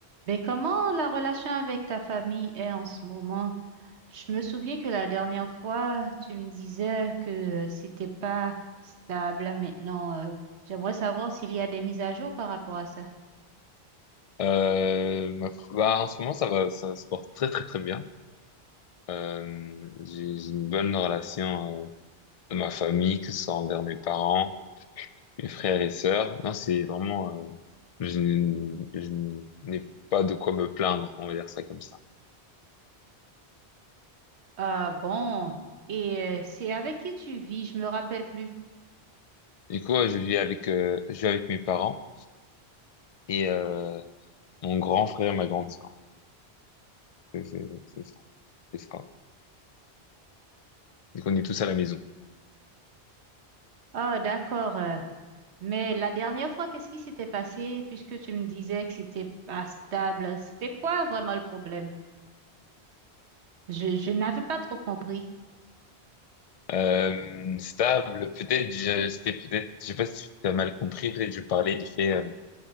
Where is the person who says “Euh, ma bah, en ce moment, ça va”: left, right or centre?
Left